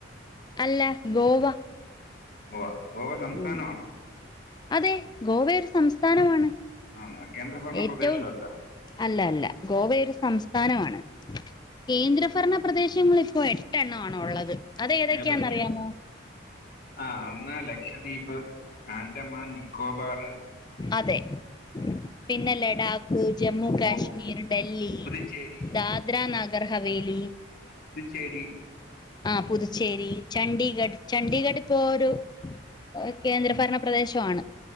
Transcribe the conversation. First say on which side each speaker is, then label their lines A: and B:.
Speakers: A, on the left; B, on the left.
A: അല്ല ഗോവ
B: ഗോവ ഗോവ സംസ്ഥാനാണോ?
A: ഉം അതെ ഗോവ ഒരു സംസ്ഥാനമാണ്.
B: ആഹ് കേന്ദ്രഭരണ
A: ഏറ്റവും
B: പ്രദേശമല്ല
A: അല്ല അല്ല ഗോവയൊരു സംസ് സ്ഥാനമാണ് കേന്ദ്രഭരണ പ്രദേശങ്ങള് ഇപ്പൊ എട്ടെണ്ണം ആണ് ഉള്ളത് അത് ഏതൊക്കെയാന്നറിയാമോ
B: ഏതൊക്കെ ആഹ് ഒന്ന് ലക്ഷദ്വീപ് ആന്റമാൻ നിക്കോബാറ്
A: അതെ പിന്നെ ലഡാക്ക് ജമ്മു കാശ്മീർ
B: പോ
A: ഡൽഹി
B: പുതുച്ചേരി
A: ദാദ്ര നഗ് ഗ്രഹവേലി
B: പുതുച്ചേരി
A: ആ പുതുച്ചേരി ചണ്ഡീഗഡ് ചണ്ഡീഗഡ് ഇപ്പൊ ഒരു ഏ കേന്ദ്രഭരണ
B: ഉം
A: പ്രദേശവാണ്